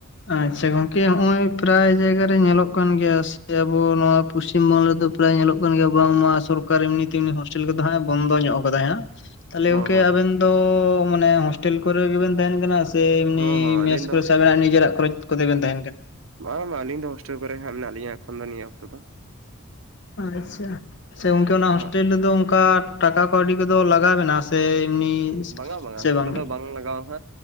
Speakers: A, on the left; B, on the right.
A: ᱟᱪᱷᱟ ᱜᱚᱝᱠᱮ ᱦᱚᱸᱜᱼ ᱚᱭ ᱯᱨᱟᱭ ᱡᱟᱭᱜᱟ ᱨᱮ ᱧᱮᱞᱚᱜ ᱠᱟᱱ ᱜᱮᱭᱟ ᱥᱮ ᱟᱹᱵᱩ ᱱᱚᱶᱟ ᱯᱚᱪᱷᱤᱢ ᱵᱟᱝᱞᱟ ᱨᱮᱫᱚ ᱯᱨᱟᱭ ᱧᱮᱞᱚᱜ ᱠᱟᱱ ᱜᱮᱭᱟ ᱵᱟᱝᱢᱟ ᱥᱚᱨᱠᱟᱨ ᱮᱢᱱᱤ ᱛᱮᱢᱱᱤ ᱦᱳᱥᱴᱮᱞ ᱠᱚᱫᱚ ᱦᱟᱸᱜ ᱮ ᱵᱚᱱᱫᱚ ᱧᱚᱜ ᱟᱠᱟᱫᱟᱭ ᱦᱟᱸᱜ᱾ ᱛᱟᱦᱚᱞᱮ
B: ᱦᱚᱸ
A: ᱜᱚᱝᱠᱮ
B: ᱦᱚᱸ
A: ᱟᱵᱮᱱ
B: ᱦᱚᱸ
A: ᱫᱚ ᱢᱟᱱᱮ ᱦᱳᱥᱴᱮᱞ ᱠᱚᱨᱮ ᱜᱮᱵᱮᱱ ᱛᱟᱦᱮᱱ ᱠᱟᱱᱟ ᱥᱮ ᱮᱢᱱᱤ
B: ᱦᱚᱸ ᱦᱚᱸ
A: ᱢᱮᱥᱼᱼ
B: ᱟᱹᱞᱤᱧ ᱫᱚ
A: ᱟᱹᱵᱤᱱᱟᱜ ᱱᱤᱡᱮᱨᱟᱜ ᱠᱷᱚᱨᱚᱪ ᱠᱚᱛᱮ ᱵᱮᱱ ᱛᱟᱦᱮᱱ ᱠᱟᱱᱟ?
B: ᱵᱟᱝ ᱵᱟᱝ ᱟᱹᱞᱤᱧ ᱫᱚ ᱦᱳᱥᱴᱮᱞ ᱠᱚᱨᱮ ᱦᱟᱸᱜ ᱢᱮᱱᱟᱜ ᱞᱤᱧᱟ ᱮᱠᱷᱚᱱ ᱫᱚ ᱱᱤᱭᱟᱹ ᱚᱠᱛᱚ ᱫᱚ᱾
A: ᱟᱪᱷᱟ, ᱥᱮ ᱜᱚᱝᱠᱮ
B: ᱟᱫᱚ
A: ᱚᱱᱟ ᱦᱳᱥᱴᱮᱞ
B: ᱦᱟᱸᱜ
A: ᱨᱮᱫᱚ ᱚᱝᱠᱟ ᱴᱟᱠᱟ ᱠᱟᱹᱣᱰᱤ ᱠᱚᱫᱚ ᱞᱟᱜᱟᱣᱮᱱᱟ ᱥᱮ ᱮᱢᱱᱤ
B: ᱵᱟᱝᱟ ᱵᱟᱝᱟ,
A: ᱥᱮ
B: ᱱᱚᱸᱰᱮ
A: ᱵᱟᱝᱜᱮ
B: ᱫᱚ ᱵᱟᱝ ᱞᱟᱜᱟᱣ ᱟ ᱦᱟᱸᱜ᱾